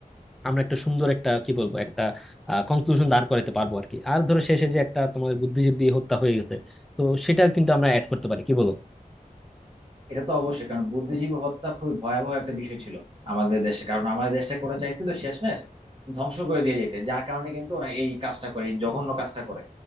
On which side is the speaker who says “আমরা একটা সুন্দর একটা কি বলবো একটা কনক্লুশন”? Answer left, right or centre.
Centre